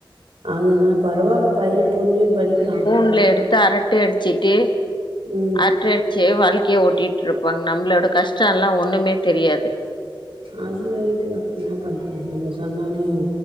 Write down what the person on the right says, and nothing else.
அதனா பரவால பைய புரிஞ்சுட் படிக்கறா
ம்.
அது ரைட்டுதா என்ன பண்றது நம்ம சொன்னாலயு